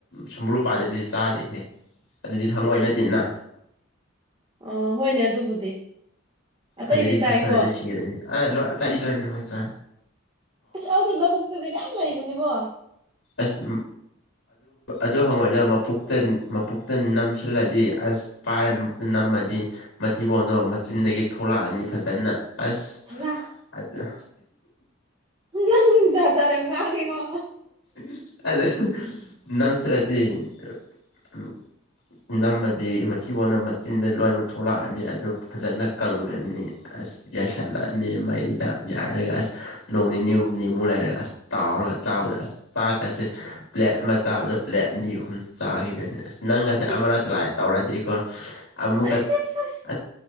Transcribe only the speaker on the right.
ꯑꯣ ꯍꯣꯏꯅꯦ ꯑꯗꯨꯕꯨꯗꯤ ꯑꯇꯩꯗꯤ
ꯆꯥꯏꯀꯣ
ꯌꯥꯁꯤ ꯂꯧꯕꯨꯛꯇꯗꯤ ꯌꯥꯝꯌꯥꯝ ꯂꯩꯕꯅꯤꯕꯣ
ꯍꯅ
ꯅꯡ ꯖꯥꯠ ꯖꯥꯇ ꯌꯥꯝ ꯉꯥꯡꯉꯦꯉꯣ
ꯏꯁ
ꯑꯩꯁ ꯑꯩꯁ ꯑꯁ